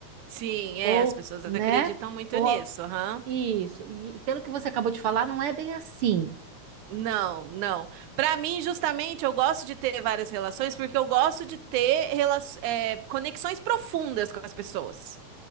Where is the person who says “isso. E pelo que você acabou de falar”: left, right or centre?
Right